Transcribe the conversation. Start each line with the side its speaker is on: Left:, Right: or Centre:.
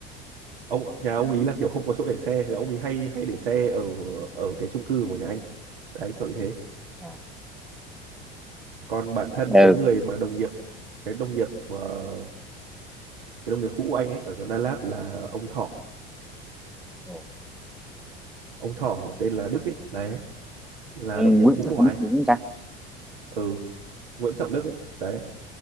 Right: ông nhà ông ý là kiểu không có chỗ để xe thì ông ý hay hay để xe ở ở cái chung cư của nhà anh đấy kiểu như thế
Centre: à,
Right: còn bản thân
Centre: ừ,
Right: cái người mà đồng nghiệp cái đồng nghiệp ờ, cái đồng nghiệp cũ của anh ấy ở nhóm Đà Lạt là ông Thỏ
Centre: ừ.
Right: ông Thỏ tên là Đức ấy đấy là
Centre: Nguyễn
Right: đồng nghiệp cũ
Centre: Trọng
Right: của anh
Centre: biết đúng không ta?
Right: ừ Nguyễn Trọng Đức ấy đấy